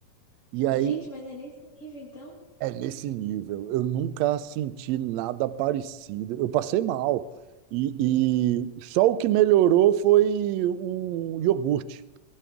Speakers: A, on the right; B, on the left.
A: E aí
B: Gente, mas é nesse nível então?
A: é nesse nível. Eu nunca senti nada parecido. Eu passei mal. E, e só o que melhorou foi um iogurte.